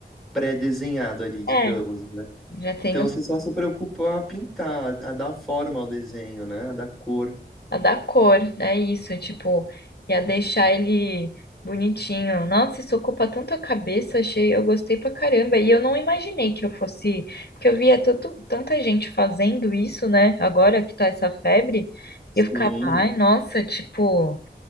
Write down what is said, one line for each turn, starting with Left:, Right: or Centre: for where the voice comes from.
Centre: pré-desenhado ali, digamos,
Left: É,
Centre: né?
Left: já tem
Centre: Então você só se preocupa a pintar, a dar forma ao desenho, né? A dar cor.
Left: A dar cor, é isso, tipo, ia deixar ele bonitinho. Nossa, isso ocupa tanto a cabeça, achei, eu gostei pra caramba. E eu não imaginei que eu fosse, porque eu via tanto, tanta gente fazendo isso, né? Agora que tá essa febre,
Centre: Sim,
Left: e eu ficava, ai, nossa, tipo,